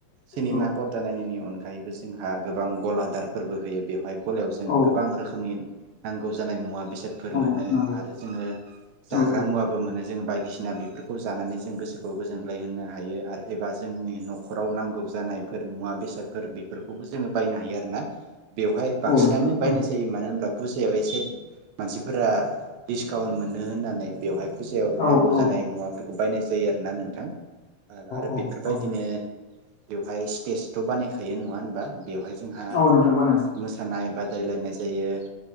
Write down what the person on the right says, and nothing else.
सिनेमा
परदा नायनायनि अनगायैबो जोंहा गोबां गलाद दार फोरबो होयो बेवहाय गलायाव जोङो
गोबां रोखोमनि नांगौ जानाय मुवा बेसादफोर
मोनो
आरो जोङो जाग्रा
मुवो मोनो जों बायदिसिन बेफोरखौ जानानै जों गोसोखौ गोजोनग्लाय होनो हायो आरो एबा जोंनि न'खराव नांगौ जानायफोर मुवा बेसादफोर बेफोरखौ खौबो जोङो बायनो हायो आरो ना बेवहाय
बांसिनानो
बायनाय
जायो मानोना दा फुजायाव एसे मानसिफोरा डिसकाउन्ट मोनो होननानै बेवहाय फुजायाव
नांगौ
जानाय मुवाफोरखौ बायनाय जायो आरोना नोंथां आरो आरो
बेफोरबायदिनो
बेवहाय स्टेजथ' बानायखायो नङा होनबा बेवहाय जोंहा
मोस मोसानाय बा बादायलायनाय जायो